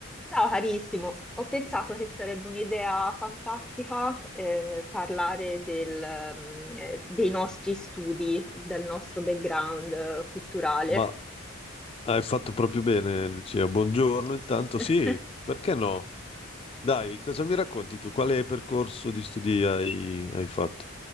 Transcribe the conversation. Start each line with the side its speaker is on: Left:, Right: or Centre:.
Centre: Ciao carissimo, ho pensato che sarebbe un'idea fantastica eh, parlare del, mm, eh, dei nostri studi, del nostro background eh, culturale.
Left: Ma hai fatto proprio bene, Lucia. Buongiorno, intanto
Centre: <laughs>
Left: sì, perché no? Dai, cosa mi racconti tu? Quale percorso di studi hai, hai fatto?